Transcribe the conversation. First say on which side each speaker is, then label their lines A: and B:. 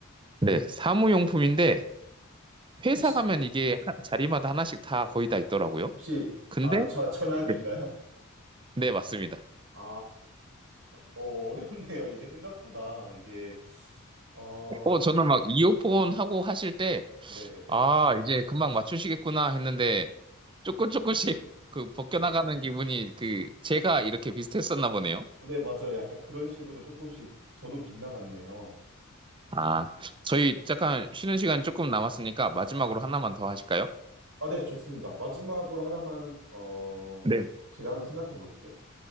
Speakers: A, on the right (about 25°); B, on the right (about 70°).
A: 네, 사무용품인데 회사
B: 혹시,
A: 가면 이게 하- 자리마다 하나씩 다 거의 다 있더라고요.
B: 혹시,
A: 근데
B: 아, 저, 전화기인가요?
A: 네, 네, 맞습니다.
B: <laughs> 아, 어, 어렵네요. 이게 생각보다, 이게, 어,
A: 어, 저는 막 이어폰 하고 하실 때
B: 네네네.
A: 아, 이제 금방 맞추시겠구나 했는데 조금 조금씩 그 벗겨나가는 기분이 그 제가 이렇게 비슷했었나 보네요.
B: 네, 맞아요. 약간 그런 식으로 조금씩 저도 빗나갔네요.
A: 아, 저희 잠깐 쉬는 시간 조금 남았으니까 마지막으로 하나만 더 하실까요?
B: 아, 네, 좋습니다. 마지막으로 하나만, 어,
A: 네.
B: 제가 한번 생각해 볼게요.